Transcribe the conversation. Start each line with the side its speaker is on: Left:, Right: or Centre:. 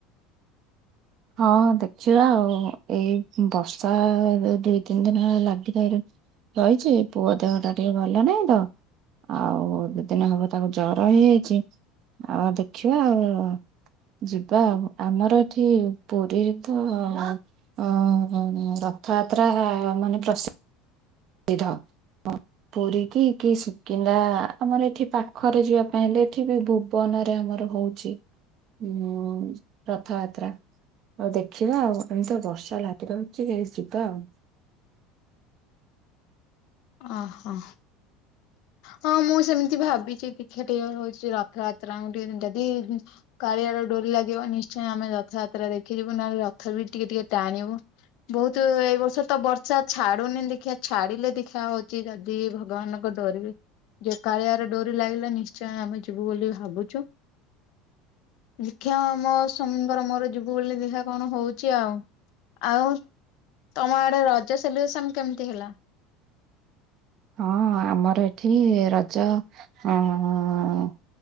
Right: ହଁ ଦେଖିବା ଆଉ ଏଇ ଉଁ, ବର୍ଷା ଯୋଉ ଦୁଇ ତିନି ଦିନ ହେଲା ଲାଗିରହିରୁ ରହିଛି ପୁଅ ଦେହ ଟା ଟିକେ ଭଲ ନାଇଁ ତ। ଆଉ ଦି ଦିନ ହବ ତାକୁ ଜର ହେଇଯାଇଛି। ଆଉ ଦେଖିବା ଆଉ ଯିବା ଆଉ। ଆମର ଏଠି ପୁରୀରେ ତ ଅ, ରଥଯାତ୍ରା ମାନେ ପ୍ରସି ସିଦ୍ଧ। ପରୀ କିି କି ଶିକିନ୍ଦା ଆମର ଏଠି ପାଖରେ ଯିବା ପାଇଁ ହେଲେ, ଏଠି ବି ଭୁ ବନରେ ଆମର ହଉଛି ଉ, ରଥଯାତ୍ରା। ଆଉ ଦେଖିବା ଆଉ ଏମିତି ତଶବର୍ଷା ଲାଗି ରହୁଚି ଏଇ ଯିବା ଆଉ।
Left: ଓହୋ। ହଁ ମୁଁ ସେମିତି ଭାବିଚି ଦେଖିଆ ଟିକେ ହଉଛି ରଥଯାତ୍ରା ଙ୍କୁ ଟିକେ ଯଦି ହୁଁ କାଳିଆ ର ଡୋରି ଲାଗିବ ନିଶ୍ଚୟ ଆମେ ରଥଯାତ୍ରା ଦେଖିଯିବୁ, ନହେଲେ ରଥ ବି ଟିକେ ଟିକେ ଟାଣିବୁ। ବହୁତ ଏଇ ବର୍ଷ ତ ବର୍ଷା ଛାଡୁନି ଦେଖିଆ ଛାଡିଲେ ଦେଖି ଖା ହଉଚି ଯଦି ଭଗବାନଙ୍କ ଡୋରି ଯେ କାଳିଆର ଡୋରି ଲାଗିଲା ନିଶ୍ଚୟ ଆମେ ଯିବୁ ବୋଲି ଭାବୁଛୁ। ଦେଖିଆ ମୋ ସ୍ୱାମୀଙ୍କର ମୋର ଯିବୁ। ବୁ ବୋଲି ଦେଖିଆ କଣ ହଉଛି ଆଉ, ଆଉ ତୋମ ଆଡେ ରଜ ସେଲିବ୍ରେସନ୍ କେମିତି ହେଲା?
Right: ହଁ ଆମର ଏଠି ରଜ ଅଁ,